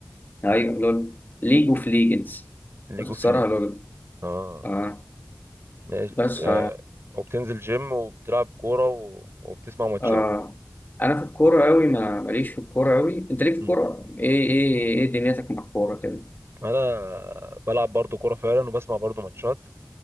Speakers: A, on the left; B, on the right.
A: أيوة لول ليج أوف ليجندز
B: ليج
A: بخسرها
B: اوف لي
A: لول
B: اه
A: آه
B: ماشي
A: بس
B: آه.
A: ف
B: وبتنزل جيم وبتلعب كوره و... وبتسمع ماتشات
A: آه أنا في الكورة أوي ما ماليش في الكورة أوي أنت ليك في
B: امم
A: الكورة إيه إيه إيه دنيتك مع الكورة كده
B: انا بلعب برضو كوره فعلا وبسمع برضو ماتشات